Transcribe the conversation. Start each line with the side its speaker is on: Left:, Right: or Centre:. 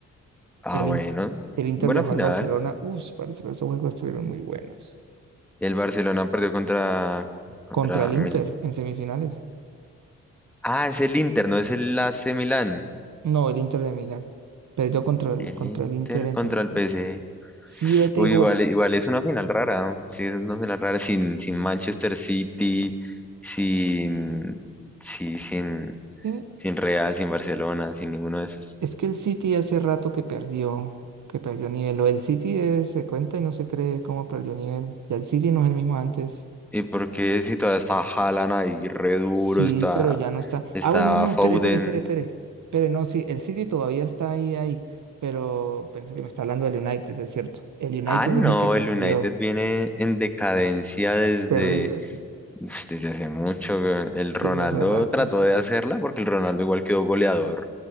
Centre: Ah,
Right: El,
Centre: bueno,
Right: In- el Inter
Centre: buena
Right: dejó
Centre: final.
Right: al Barcelona. Uf, parece que esos juegos estuvieron muy buenos.
Centre: El Barcelona perdió contra, contra
Right: Contra el Inter
Centre: Mil.
Right: en semifinales.
Centre: Ah, es el Inter, no es el AC Milán.
Right: No, el Inter de Milán. Perdió contra el,
Centre: El
Right: contra
Centre: Inter
Right: el Inter en
Centre: contra
Right: semifinales.
Centre: el PSG.
Right: Siete
Centre: Uy,
Right: goles.
Centre: igual, igual es una final rara. ¿no? Sí, es una final rara sin, sin Manchester City, sin, sí, sin,
Right: ¿Qué?
Centre: sin Real, sin Barcelona, sin ninguno de esos.
Right: Es que el City hace rato que perdió, que perdió nivel. O el City eh, se cuenta y no se cree cómo perdió nivel. Ya el City no es el mismo antes.
Centre: ¿Y por qué si todavía está Haaland ahí re duro,
Right: Sí,
Centre: está,
Right: pero ya no está.
Centre: está
Right: Ah, bueno, no, no,
Centre: Foden?
Right: espere, espere, espere, espere. Espere, no, sí, el City todavía está ahí, ahí, pero pensé que me está hablando del United, es cierto. El United
Centre: Ah, no,
Right: es el que perdió.
Centre: el United viene en decadencia desde,
Right: Terrible, sí,
Centre: uf, desde hace mucho. weón. El Ronaldo
Right: desde hace ratos.
Centre: trató
Right: Sí,
Centre: de hacerla porque el Ronaldo igual quedó goleador